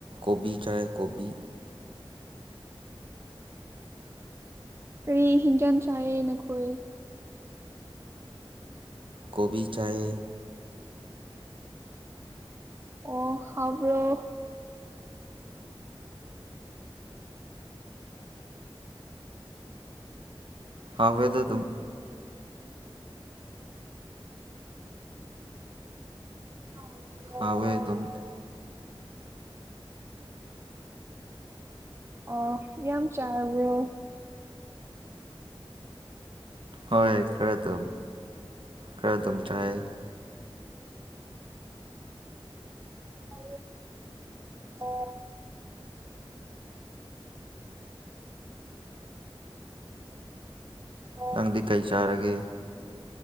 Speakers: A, on the right; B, on the right.
A: ꯣꯕꯤ ꯆꯥꯒꯣꯕꯤ
B: ꯀꯔꯤ ꯍꯤꯡꯖꯥꯡ ꯆꯥꯏꯑ ꯅꯈꯣꯏ
A: ꯀꯣꯕꯤꯤ ꯆꯌꯦ
B: ꯑꯣ ꯍꯥꯕ꯭ꯔꯣ
A: ꯑꯋꯗ ꯑꯗꯨꯝ
B: <unintelligible>
A: ꯍꯥꯎꯋꯦ ꯑꯗꯨꯝ
B: ꯑ ꯌꯥꯝ ꯆꯥꯔꯕ꯭ꯔꯣ
A: ꯍꯣꯏ ꯈꯔ ꯇ ꯈꯔ ꯑꯗꯨꯝ ꯆꯥꯏ
B: ꯑ ꯑꯣ ꯑꯣ
A: ꯅꯪꯗꯤ ꯀꯩ ꯆꯥꯔꯒꯦ